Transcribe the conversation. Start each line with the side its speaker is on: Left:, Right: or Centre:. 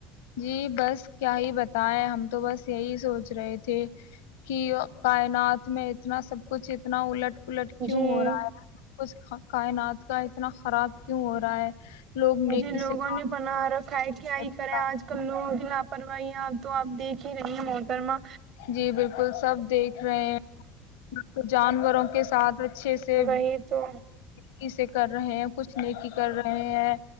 Left: جی بس کیا ہی بتائے ہم تو بس یہی سوچ رہے تھے کہ کائنات میں اتنا سب کچھ اتنا الٹ پلٹ کیوں
Right: جی
Left: ہو رہا ہے کچھ کائنات کا اتنا خراب کیوں ہو رہا ہے لوگ نیکی
Right: جی لگوں
Left: سے کام
Right: نے بنر کائی کیا
Left: نہیں
Right: ہی
Left: پتا۔
Right: کریں آج کل لوگ بھی لاپر بھائی یہاں تو آپ دیکھ ہی رہی ہیں محکرما
Left: جی بالکل سب دیکھ رہے ہیں جانوروں کے ساتھ اچھے سے
Right: وہی تو
Left: کس سے کر رہے ہیں کچھ نہیں کی کر رہے ہیں